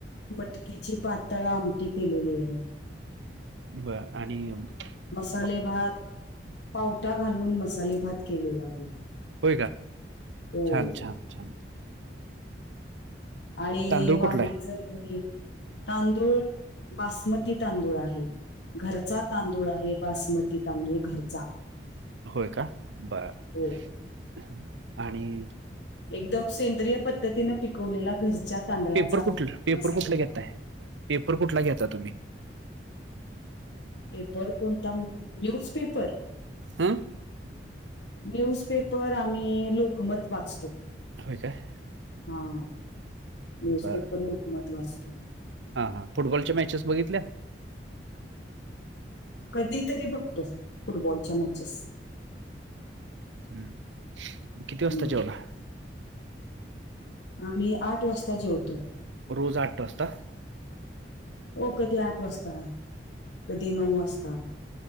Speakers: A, on the left; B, on the right.
A: मटकीची पातळ आमटी केलेलीय
B: बरं आणि
A: मसाले
B: वा-
A: भात पावटा घालून मसाले भात केलेला आहे.
B: होय का
A: हो
B: छान! छान! छान
A: आणि
B: तांदूळ
A: वांग्याचं
B: कुठला आहे
A: भरीत तांदूळ बासमती तांदूळ आहे. घरचा तांदूळ आहे बासमती तांदूळ घरचा
B: होय का बरं
A: हो
B: आणि?
A: एकदम सेंद्रिय पद्धतीने पिकवलेला घरच्या तांदळाचा
B: पेपर कुठला पेपर
A: मसाले
B: कुठला
A: भात
B: घेताय पेपर कुठला घ्यायता तुम्ही
A: पेपर कोणता म्हणजे न्यूजपेपर
B: हम
A: न्यूजपेपर आम्ही लोकमत वाचतो
B: होय काय
A: हा न्यूजपेपर
B: बर
A: लोकमत वाचतो
B: हा हा फुटबॉलच्या मॅचेस बघितल्या
A: कधी तरी बघतो फुटबॉलच्या मॅचेस
B: हम्म किती वाजता
A: बर
B: जेवला
A: आम्ही आठ वाजता जेवतो
B: रोज आठ वाजता
A: हो कधी आठ वाजता कधी नऊ वाजता